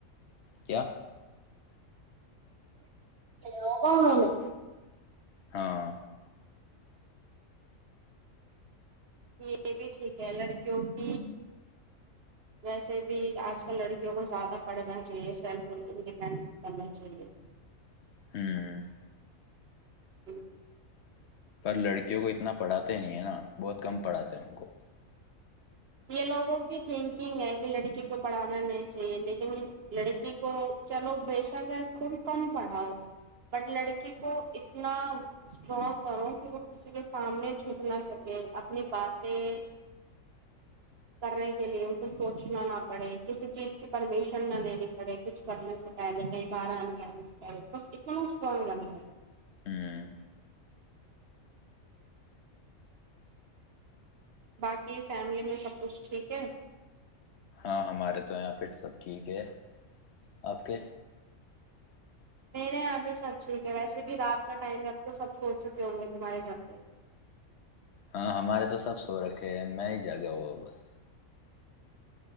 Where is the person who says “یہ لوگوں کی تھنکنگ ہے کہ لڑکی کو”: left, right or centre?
Right